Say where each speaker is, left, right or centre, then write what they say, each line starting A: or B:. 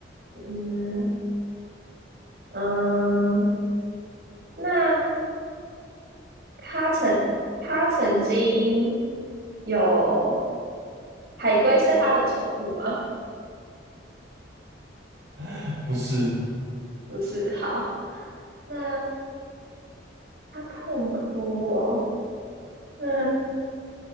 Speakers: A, on the right; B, on the right.
A: 嗯嗯，那他曾他曾经有海龟是他的宠物吗？
B: <laughs> 不是，
A: 不是，好，那他痛哭哦，那。